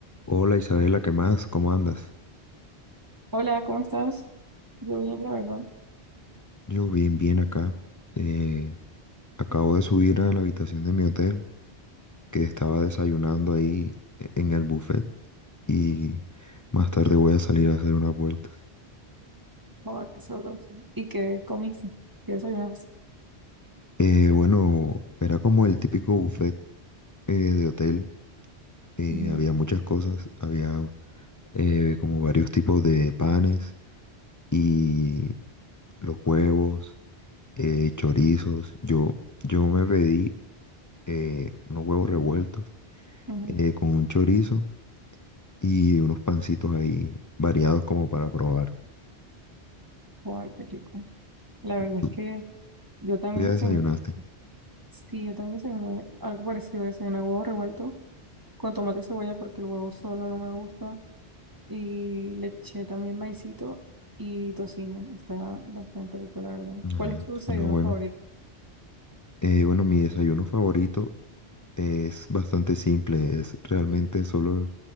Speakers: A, on the left; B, on the right.
A: Hola Isabela, ¿qué más? ¿Cómo andas?
B: Hola, ¿cómo estás? Yo bien, la verdad.
A: Yo bien, bien acá. Eh, acabo de subir a la habitación de mi hotel, que estaba desayunando ahí e- en el buffet y más tarde voy a salir a hacer unas vueltas.
B: Joder, qué sabroso. ¿Y qué comiste? ¿Qué desayunaste?
A: Eh, bueno, era como el típico buffet eh, de hotel. eh,
B: Ujú,
A: había muchas cosas, había eh, como varios tipos de panes y los huevos, eh, chorizos. Yo, yo me pedí eh, unos huevos revueltos
B: ujú.
A: eh, con un chorizo y unos pancitos ahí variados como para probar.
B: Joder, qué rico. La verdad
A: ¿Tú
B: es que yo también
A: tú ya desayunaste?
B: desayuné, sí, yo también desayuné algo parecido, desayuné huevo revuelto con tomate y cebolla porque el huevo solo no me gusta y le eché también maicito y tocino. Está bastante rico, la verdad.
A: Ajá,
B: ¿Cuál es tu desayuno
A: suena bueno.
B: favorito?
A: Eh, bueno, mi desayuno favorito es bastante simple, es realmente solo